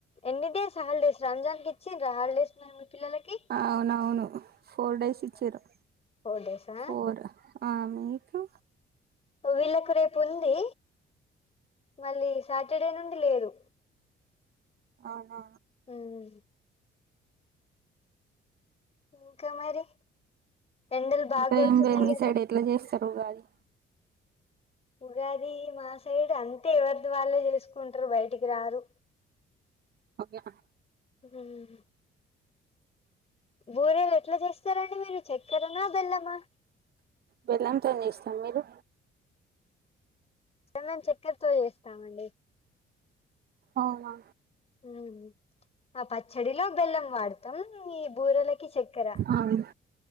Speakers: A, on the left; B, on the right.
A: ఎన్ని డేస్ హాల్డేస్ రంజాన్ కి ఇచ్చిండ్రా హాలిడేస్ మరి మీ పిల్లలకి
B: అవునవును ఫోర్ డేస్ ఇచ్చిర్రు
A: ఫోర్ డేసా
B: ఫోర్ ఆ మీకు
A: వీళ్లకు రేపుంది మళ్ళీ సాటర్డే నుండి లేదు
B: అవునా
A: ఉమ్ ఇంక మరి ఎండలు బాగోడుతున్నాయ్
B: ఇంకా ఏం లేదు మీ
A: కద
B: సైడ్ ఎట్లా చేస్తారు ఉగాది
A: ఉగాది మా సైడ్ అంతే ఎవర్ది వాళ్ళే చేస్కుంటరు బయటికి రారు
B: ఓకేనా
A: మ్మ్ బురేలు ఎట్లా చేస్తారం డి మీరు చెక్కెరణ బెల్లమా
B: బెల్లంతోని చేస్తాం మీరు
A: మీమ్ చేక్కెర్తో చేస్తామండి
B: అవునా
A: మ్మ్ ఆ పచ్చడిలో బెల్లం వాడుతాం ఇ బూరెలకి చేక్కెర
B: అవును